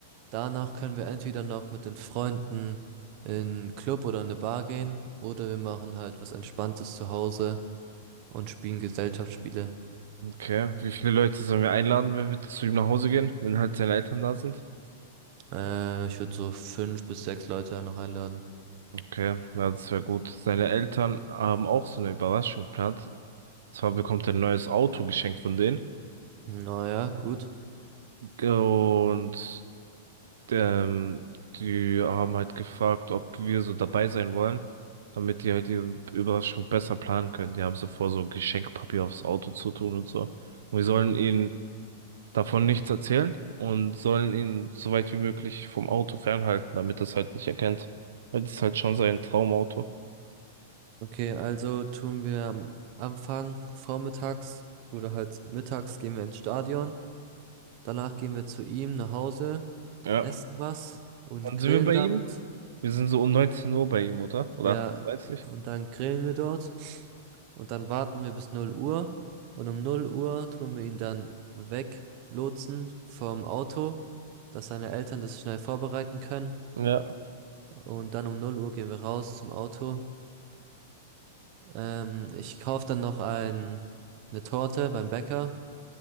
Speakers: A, on the right; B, on the right.
A: danach können wir entweder noch mit den Freunden in einen Club oder eine Bar gehen. Oder wir machen halt was Entspanntes zu Hause und spielen Gesellschaftsspiele.
B: Okay. Wie viele Leute sollen wir einladen, wenn wir zu ihm nach Hause gehen, wenn halt seine Eltern da sind?
A: Äh, ich würde so fünf bis sechs Leute noch einladen.
B: Okay, ja, das wäre gut. Seine Eltern haben auch so eine Überraschung geplant. Zwar bekommt er ein neues Auto geschenkt von denen.
A: Naja, gut.
B: Ge- Und ähm, die haben halt gefragt, ob wir so dabei sein wollen, damit die halt ihre Überraschung besser planen können. Die haben so vor, so Geschenkpapier aufs Auto zu tun und so. Und wir sollen ihnen davon nichts erzählen und sollen ihn so weit wie möglich vom Auto fernhalten, damit das halt nicht erkennt. Weil das ist halt schon sein Traumauto.
A: Okay, also tun wir am Anfang vormittags oder halt mittags gehen wir ins Stadion. Danach gehen wir zu ihm nach Hause,
B: Ja.
A: essen was und
B: Wann
A: grillen
B: sind wir bei
A: damit.
B: ihm? Wir sind so um 19 Uhr bei ihm, oder? Oder
A: Ja,
B: 18.30 Uhr? dreißig?
A: und dann grillen wir dort. Und dann warten wir bis 0 Uhr. Und um 0 Uhr tun wir ihn dann weglotsen vom Auto, dass seine Eltern das schnell vorbereiten können.
B: Ja.
A: Und dann um 0 Uhr gehen wir raus zum Auto. Ähm, ich kaufe dann noch ein, eine Torte beim Bäcker.